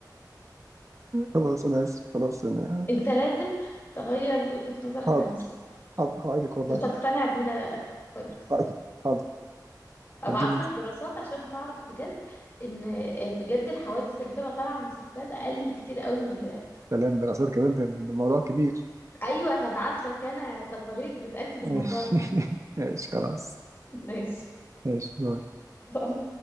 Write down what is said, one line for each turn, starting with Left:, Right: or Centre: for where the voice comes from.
Right: خلاص أنا آسف خلاص أنا
Left: انت لازم تغير وجهة نظرك
Right: حاضر
Left: عن الثقة
Right: حاضر أوعدك والله
Left: وتقتنع بينا كويس
Right: حاضر حاضر
Left: ابعت
Right: هديهم
Left: لك دراسات عشان تعرف بجد ان آه، بجد الحوادث اللي بتبقى طالعة من الستات اقل بكتير قوي من الولاد
Right: سلام دراسات كده أنت الموضوع كبير
Left: ايوه هبعت لك انا تقارير بتاكد
Right: ماشي
Left: الموضوع ده
Right: <laughs> ماشي خلاص
Left: <laughs> ماشي
Right: ماشي باي.
Left: باي.